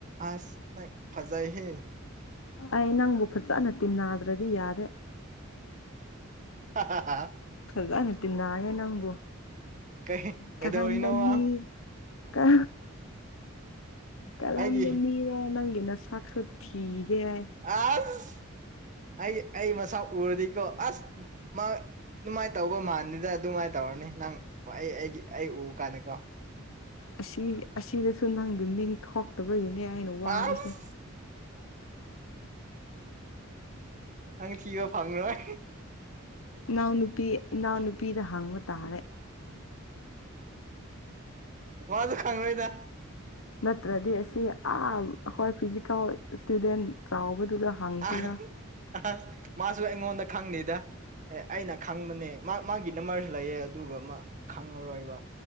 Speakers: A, on the right (about 40°); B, on the left (about 75°).
A: ꯑꯥꯁ ꯅꯪ ꯐꯥꯖꯩ ꯍꯦ
B: ꯑꯩ ꯅꯪꯕꯨ ꯐꯖꯅ ꯇꯤꯟꯅꯗ꯭ꯔꯗꯤ ꯌꯥꯗꯦ
A: ꯑ <inaudible>
B: ꯐꯖꯅ ꯇꯤꯟꯅꯩꯌꯦ ꯅꯪꯕꯨ
A: ꯀꯩ ꯀꯩꯗꯧꯔꯤꯅꯣꯕ
B: ꯀꯔꯝꯕ ꯃꯤ ꯀꯥ ꯀꯔꯝꯕ
A: ꯑꯩꯒꯤ
B: ꯃꯤꯅꯣ ꯅꯪꯒꯤ ꯅꯁꯥꯛꯁꯨ ꯊꯤꯒꯦ ꯍꯥꯏ
A: ꯑꯥꯁ ꯑꯩ ꯑꯩ ꯃꯁꯥ ꯎꯔꯗꯤꯀꯣ ꯑꯁ ꯃꯥ ꯑꯗꯨꯃꯥꯏꯅ ꯇꯧꯕ ꯃꯥꯟꯗꯦꯗ ꯑꯗꯨꯃꯥꯏꯅ ꯇꯧꯔꯅꯤ ꯅꯪ ꯑꯩ ꯑꯩꯒꯤ ꯑꯩ ꯎꯕ ꯀꯥꯟꯗꯀꯣ
B: ꯑꯁꯤ ꯑꯁꯤꯗꯁꯨ ꯅꯪꯒꯤ ꯃꯤꯡ ꯊꯣꯛꯇꯕꯒꯤꯅꯦ ꯑꯩꯅ ꯋꯥꯕꯁꯦ
A: ꯑꯥꯁ ꯅꯪ ꯊꯤꯕ ꯐꯪꯉꯣꯏ
B: ꯏꯅꯥꯎ ꯅꯨꯨꯄꯤ ꯏꯅꯥꯎ ꯅꯨꯄꯤꯗ ꯍꯪꯕ ꯇꯥꯔꯦ
A: ꯃꯥꯗꯣ ꯈꯪꯉꯣꯏꯗ
B: ꯅꯠꯇ꯭ꯔꯗꯤ ꯑꯁꯤ ꯑꯥ ꯑꯩꯈꯣꯏ ꯐꯤꯖꯤꯀꯦꯜ ꯁꯇꯨꯗꯦꯟ ꯆꯥꯎꯕꯗꯨꯗ ꯍꯪꯁꯤꯔꯥ
A: ꯑꯥ ꯃꯥꯁꯨ ꯑꯩꯉꯣꯟꯗ ꯈꯪꯅꯤꯗ ꯑꯦ ꯑꯩꯅ ꯈꯪꯕꯅꯦ ꯃꯥ ꯃꯥꯒꯤ ꯅꯃꯕꯔꯁꯨ ꯂꯩꯌꯦ ꯑꯗꯨꯒ ꯈꯪꯉꯔꯣꯏꯕ